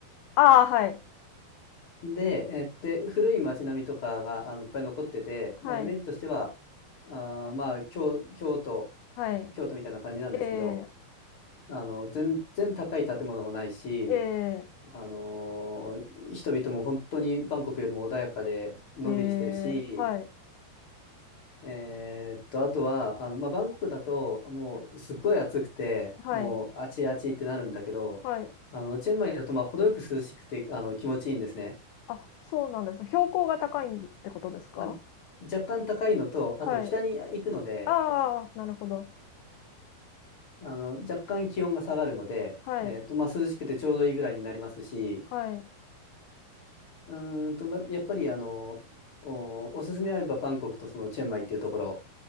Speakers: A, on the left; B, on the left.
A: ああはい、
B: で、えで、古い町並みとかが、あの、いっぱい残ってて、
A: はい、
B: まあ、イメージとしては、あー、まあ、京、京都、
A: は
B: 京都みたいな感じなんですけど、
A: い。ええ
B: あの、全然高い建物もないし、
A: ええ、
B: あのー人々も本当にバンコクよりも穏やかでのんびりしてるし、
A: ええ、はい、
B: えーっと、あとは、あの、まあ、バンコクだともうすっごい暑くて、
A: はい、
B: もうあちあちってなるんだけど、
A: はい。
B: あの、チェンマイだとまあ程よく涼しくて、あの、気持ちいいんですね。
A: あ、そうなんですね。標高が高いんってことですか？
B: あ、若干高いのと、あと北に行くので、
A: はい。ああなるほど。
B: あの、若干気温が下がるので、
A: はい、
B: えーっと、まあ、涼しくてちょうどいいぐらいになりますし、
A: はい。
B: うーんと、まあやっぱりあの、お、おすすめあればバンコクとそのチェンマイっていうところ、